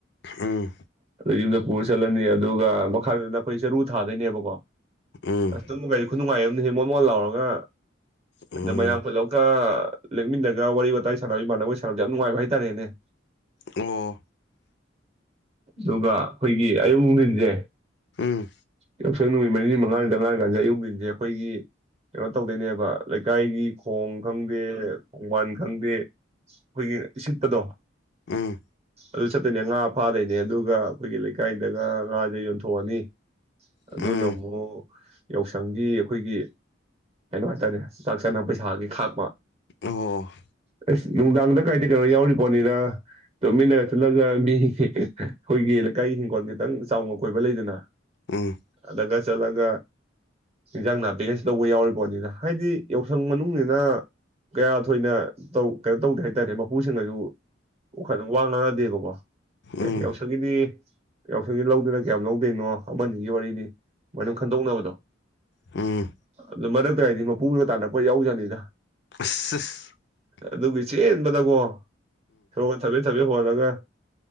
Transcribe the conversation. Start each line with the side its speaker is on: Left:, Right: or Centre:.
Left: ꯎꯝ
Right: ꯑꯗ ꯌꯨꯝꯗ ꯄꯨꯔ ꯆꯠꯂꯅꯤ ꯑꯗꯨꯒ ꯃꯈꯥꯗꯅ ꯑꯩꯈꯣꯏ ꯆꯔꯨ ꯊꯥꯗꯣꯏꯅꯦꯕꯀꯣ
Left: ꯎꯝ
Right: ꯑꯁꯇꯨꯝ ꯀꯒꯥꯗ ꯈꯨꯅꯨꯡꯉꯥꯏ ꯑꯃꯅꯦ ꯍꯦ ꯃꯣꯠ ꯃꯣꯠ ꯂꯥꯎꯔꯒ
Left: ꯎꯝ
Right: ꯑꯗ ꯃꯣꯏꯔꯥꯡ ꯄꯨꯠꯂꯞꯒ ꯂꯦꯛꯃꯤꯟꯅꯒ ꯋꯥꯔꯤ ꯋꯥꯇꯥꯏ ꯁꯥꯟꯅꯕ ꯏꯃꯥꯟꯅꯕ ꯁꯥꯟꯅꯕꯗ ꯌꯥꯝ ꯅꯨꯡꯉꯥꯏꯕ ꯍꯥꯏꯇꯥꯔꯦꯅꯦ <inaudible>
Left: ꯑꯣ
Right: ꯑꯗꯨꯒ ꯑꯩꯈꯣꯏꯒꯤ ꯑꯌꯨꯛ ꯅꯨꯡꯊꯤꯟꯁꯦ
Left: ꯎꯝ
Right: ꯌꯥꯎꯁꯪ ꯅꯨꯃꯤꯠ ꯃꯔꯤꯅꯤ ꯃꯉꯥꯅꯤꯗꯉꯥꯡ ꯀꯥꯟꯁꯦ ꯑꯌꯨꯛ ꯅꯨꯡꯟꯁꯦ ꯑꯩꯈꯣꯏꯒꯤ ꯀꯩꯅꯣ ꯇꯧꯗꯣꯏꯅꯦꯕ ꯂꯩꯀꯥꯏꯒꯤ ꯈꯣꯡ ꯈꯪꯗꯦ ꯈꯣꯡꯕꯥꯟ ꯈꯪꯗꯦ ꯑꯩꯈꯣꯏꯒꯤ ꯁꯤꯠꯄꯗꯣ
Left: ꯎꯝ
Right: ꯑꯗꯨ ꯆꯠꯇꯣꯏꯅꯦ ꯉꯥ ꯐꯥꯗꯣꯏꯅꯦ ꯑꯗꯨꯒ ꯑꯩꯈꯣꯏꯒꯤ ꯂꯩꯀꯥꯏꯗꯒ ꯉꯥꯁꯦ ꯌꯣꯟꯊꯣꯛꯑꯅꯤ ꯑꯗꯨꯅ
Left: ꯎꯝ
Right: ꯑꯃꯨꯛ ꯌꯥꯎꯁꯪꯒꯤ ꯑꯩꯈꯣꯏꯒꯤ ꯀꯩꯅꯣ ꯍꯥꯏꯇꯥꯔꯦ ꯆꯥꯛ ꯆꯥꯅꯕ ꯄꯩꯁꯥꯒꯤ ꯈꯥꯛꯄ
Left: ꯑꯣ
Right: ꯑꯦꯁ ꯅꯨꯡꯗꯥꯡꯗ ꯀꯥꯏꯗ ꯀꯩꯅꯣ ꯌꯥꯎꯔꯤ ꯄꯣꯠꯅꯤꯗ ꯇꯣꯃꯤꯟꯅꯒ ꯆꯠꯂꯒ ꯃꯤ ꯑꯩꯈꯣꯏꯒꯤ ꯂꯩꯀꯥꯏꯒꯤ ꯍꯤꯡꯈꯣꯜ ꯈꯤꯇꯪ ꯆꯥꯎꯅ ꯀꯣꯏꯕ ꯂꯩꯗꯅ
Left: ꯑ
Right: ꯑꯗꯨꯒ ꯆꯠꯂꯒ ꯏꯟꯖꯥꯡ ꯅꯥꯄꯤꯒꯩꯁ ꯂꯧꯕ ꯌꯥꯎꯔꯤꯔꯤꯕꯣꯅꯤꯅ ꯍꯥꯏꯗꯤ ꯌꯥꯎꯁꯪ ꯃꯅꯨꯡꯁꯤꯅ ꯀꯌꯥ ꯊꯣꯏꯅꯧ ꯀꯩꯅꯣ ꯇꯧꯗꯦ ꯍꯥꯏꯇꯥꯔꯦ ꯃꯄꯨꯁꯤꯡꯅꯁꯨ ꯑꯣ ꯈꯇꯪ ꯋꯥ ꯉꯥꯡꯅꯗꯦꯕꯀꯣ
Left: ꯎꯝ
Right: ꯑꯦ ꯌꯥꯎꯁꯥꯒꯤꯗꯤ ꯌꯥꯎꯁꯪꯒꯤ ꯂꯧꯗꯅ ꯀꯌꯥꯝ ꯂꯧꯗꯣꯏꯅꯣ ꯑꯃꯅꯤꯒꯤ ꯋꯥꯔꯤꯅꯤ ꯃꯅꯝ ꯈꯟꯗꯣꯛꯅꯕꯗꯣ
Left: ꯎꯝ
Right: ꯑꯗꯨ ꯃꯔꯛꯇ ꯍꯥꯏꯗꯤ ꯃꯄꯨꯗꯨꯒ ꯇꯥꯟꯅꯛꯄ ꯌꯥꯎꯖꯥꯅꯤꯗ
Left: ꯑꯁ ꯑ
Right: ꯑꯗꯨꯒꯤ ꯆꯦꯟꯕꯗꯀꯣ ꯍꯣꯃꯟ ꯊꯕꯦ ꯁꯦ ꯍꯋꯥꯗꯒ